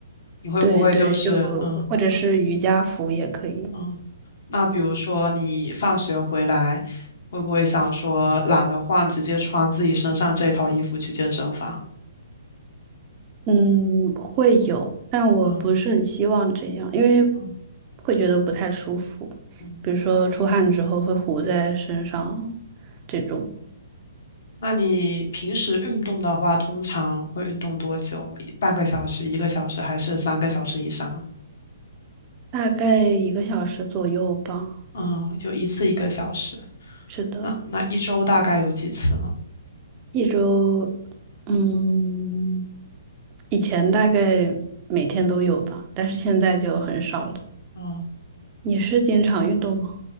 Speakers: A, on the left (about 60°); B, on the right (about 25°).
A: 你会不会就是嗯？
B: 对对，就或者是瑜伽服也可以。
A: 嗯，那比如说你放学回来，会不会想说懒得换，直接穿自己身上这套衣服去健身房？
B: 嗯，会有，但我不是很希望这样，
A: 嗯
B: 因为
A: 嗯
B: 会觉得不太舒服，
A: 嗯。
B: 比如说出汗之后会糊在身上，这种
A: 那你平时运动的话，通常会运动多久？半个小时、一个小时，还是三个小时以上？
B: 大概一个小时左右吧。
A: 嗯，就一次一个小时。
B: 是的，
A: 那那一周大概有几次呢？
B: 一周，嗯，以前大概每天都有吧，但是现在就很少了。
A: 嗯。
B: 你是经常运动吗？